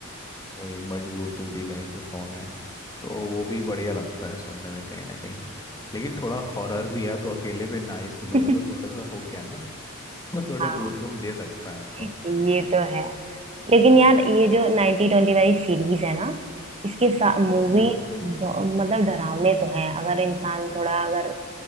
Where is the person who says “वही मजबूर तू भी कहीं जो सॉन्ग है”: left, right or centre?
Left